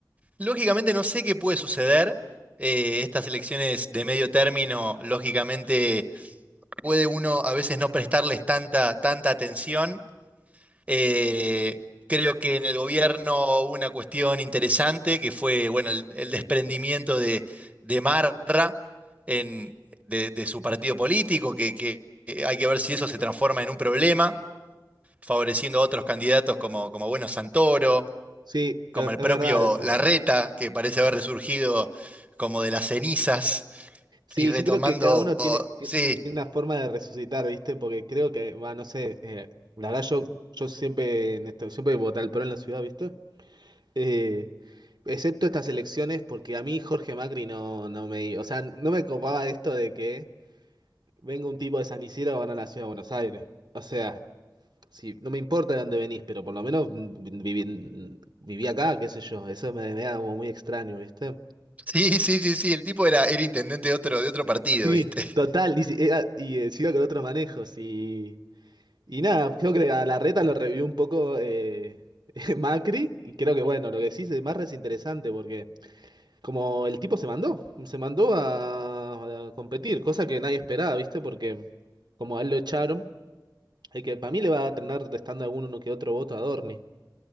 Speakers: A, on the right; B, on the right.
A: Lógicamente no sé qué puede suceder. eh, estas elecciones de medio término, lógicamente puede uno a veces no prestarles tanta, tanta atención. Eh, creo que en el gobierno hubo una cuestión interesante que fue, bueno, el, el desprendimiento de, de Marra en- de, de su partido político, que, que- que hay que ver si eso se transforma en un problema, favoreciendo a otros candidatos como, como bueno, Santoro,
B: Sí,
A: como
B: e-
A: el
B: es
A: propio
B: verdad eso.
A: Larreta, que parece haber resurgido como de las cenizas
B: Sí,
A: y retomando,
B: yo creo que cada uno tiene, ti-
A: sí,
B: tiene una forma de resucitar, ¿viste? Porque creo que, va, no sé, eh, la verdad yo, yo siempre, en esto, siempre voté al PRO en la ciudad, ¿viste? Eh, excepto estas elecciones, porque a mí Jorge Macri no, no me... O sea, no me copaba esto de que venga un tipo de San Isidro a ganar la ciudad de Buenos Aires. O sea, si, no me importa de dónde venís, pero por lo menos mm, viví, viví acá, qué sé yo. Eso me, me da como muy extraño, ¿viste?
A: sí, sí, sí, sí, el tipo era, era intendente de otro, de otro partido,
B: Sí,
A: ¿viste?
B: total. Y, si- era- y eh, siga con otros manejos. Y, y nada, creo que a la reta lo revivió un poco eh, <laughs> Macri. Y creo que, bueno, lo que sí es más es interesante porque... Como el tipo se mandó, se mandó a, a competir, cosa que nadie esperaba, ¿viste? Porque como a él lo echaron, hay que para mí le va a terminar restando alguno que otro voto a Dorni,